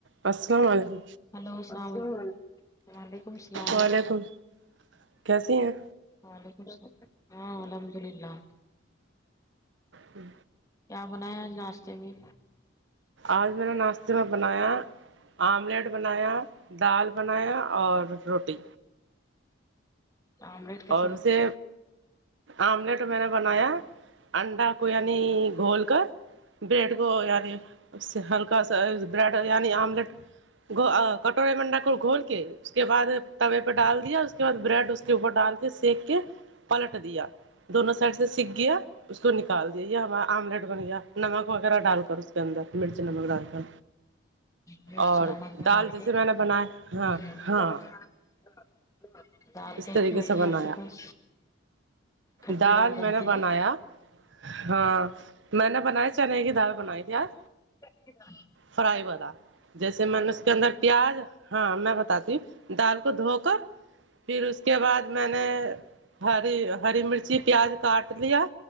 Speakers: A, on the right; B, on the left.
A: السلام علیکم
B: ہیلو السلام علیکم وعلیکم السلام
A: وعلیکم کیسی ہیں
B: ولیک <unintelligible> ہاں الحمد للہ
A: ہوں
B: کیا بنایا آج ناشتے میں
A: آج میں نے ناشتے میں بنایا آملیٹ بنایا دال بنایا اور روٹی
B: آملیٹ کیسے
A: اور اسے آملیٹ میں نے بنایا انڈا کو یعنی گھول کر بریڈ کو یعنی اس سے ہلکا سا بریڈ یعنی آملیٹ گ کٹورے میں انڈا کو گھول کے اس کے بعد توے پہ ڈال دیا اس کے بعد بریڈ اس کے اوپر سے سیک کے پلٹ دیا دونوں سائڈ سے سک گیا اس کو نکال دیا یا ہمارا آملیٹ بن گیا نمک وغیرہ ڈال کر اس کے اندر مرچی نمک ڈال کر
B: مرچی
A: اور
B: نمک
A: دال
B: ڈال
A: جیسے
B: کے
A: میں نے بنایا
B: <unintelligible>
A: ہاں ہاں
B: اور
A: اس
B: کیسے
A: طریقے
B: ہیں
A: سے
B: سب
A: بنایا
B: آپ کے پاس کھٹی
A: دال میں
B: بنتی
A: نے بنایا
B: ہے
A: ہاں میں نے بنایا چنے کی دال بنائی تھی آج
B: کس کا
A: فرائی والا جیسے میں نے اس کے اندر پیاز ہاں میں بتاتی ہوں دال کو دھو کر پھر اس کے بعد میں نے ہری ہری مرچی پیاز کاٹ لیا